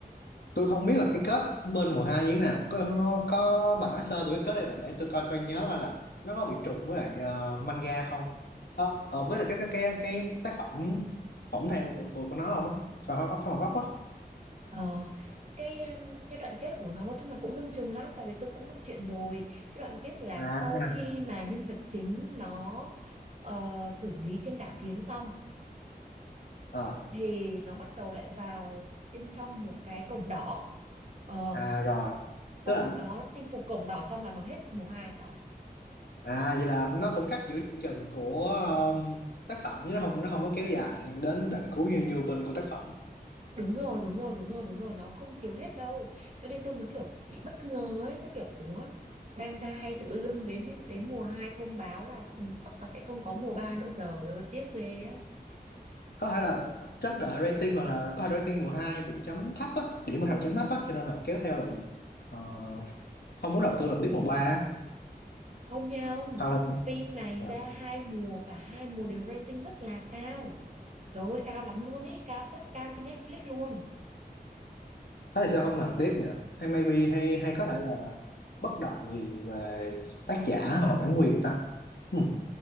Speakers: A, on the left (about 75°); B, on the right (about 45°).
A: tôi không biết là cái kết bên mùa hai như thế nào có, có bà nói sơ tôi cái kết đây là để tôi coi coi nhớ coi là nó có bị trùng với lại ờ, manga không ờ ờ, với lại cái cái cái, cái tác phẩm phỏng theo của của, của nó không á phải không phải không gốc á
B: Ờ, cái um, cái đoạn kết của nó nói chung là cũng lưng chừng lắm tại vì tôi cũng đọc truyện rồi. Cái đoạn kết là
A: À,
B: sau khi mà nhân vật chính nó ờ, xử lý trên đảo Kiến xong
A: ờ
B: thì nó bắt đầu lại vào bên trong một cái cổng đỏ. Ờ
A: à rồi
B: xong
A: tức là
B: rồi nó chinh phục cổng đỏ xong là nó hết mùa hai đó
A: à vậy là nó cũng cắt giữa chừng của um, tác phẩm chứ nó không nó không có kéo dài đến đoạn cuối như như bên của tác phẩm
B: đúng rồi đúng rồi đúng rồi đúng rồi nó không chiếu hết đâu cho nên tôi mới kiểu bị bất ngờ ấy tôi kiểu ủa đang ra hay tự dưng đến hết- đến mùa 2 thông báo là ừ, chắc là sẽ không có mùa 3 nữa trời ơi tiếc ghê á
A: có thể là chắc đợi rating hoặc là có thể rating mùa 2 bị chấm thấp á điểm mùa 2 bị chấm thấp á cho nên là kéo theo là việc ờ, không muốn đầu tư lần tiếp mùa ba á
B: không nha ông
A: hoặc là
B: phim này
A: dạ,
B: ra hai mùa cả hai mùa đều rating rất là cao trời ơi cao lắm luôn ấy cao rất cao trên Netflix luôn
A: thế thì sao không làm tiếp nhỉ hay maybe hay hay có thể là bất đồng gì về tác giả hoặc là bản quyền ta ừ.